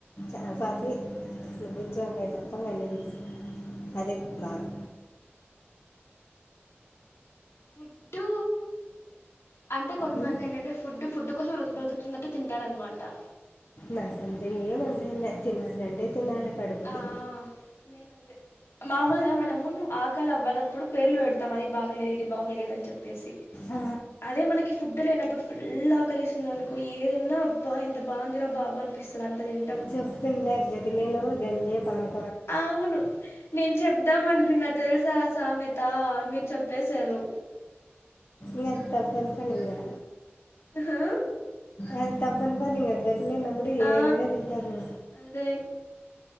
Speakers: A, on the left (about 65°); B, on the left (about 85°).
A: అ
B: మ్మ్.
A: అది బుచ్చి వంకాయ తప్పంగానే ఉంది
B: మ్మ్.
A: అదే బాగా
B: ఫుడ్డు అంటే కొంతమంది
A: ఉం?
B: ఏంటంటే ఫుడ్డు ఫుడ్ కోసం బ్రతుకుతున్నట్టు తింటారన్నమాట
A: నాకుందే ఏం అంద లే తినాలింటే తినాలి కడుపుకి
B: ఆ నేనంతే మామూలుగా మనము ఆకలి అవ్వలప్పుడు పేర్లు పెడతాం అది బాగలేదు ఇది బాగలేదు అని చెప్తా పేసి
A: ఆ,
B: అదే మనకి ఫుడ్ లేనప్పుడు ఫుల్ ఆకలిస్తుంది అనుకో ఏదన్నా అబ్బా ఎంత బాగుందిరా బాబు అనిపిస్తుంది అంత
A: చెప్తుంది నా గతి నళ గంజే పానికి
B: అవును నేను చెప్పు ఇద్దాం అనుకునా తెలుసా సామెత అని మీరు చెప్పేశారు
A: ఏ అ తప్ప సనియా
B: హా
A: అది తప్పని పని ఈగ గతి లేనప్పుడు
B: ఆ
A: ఏదైనా తింటారు.
B: అదే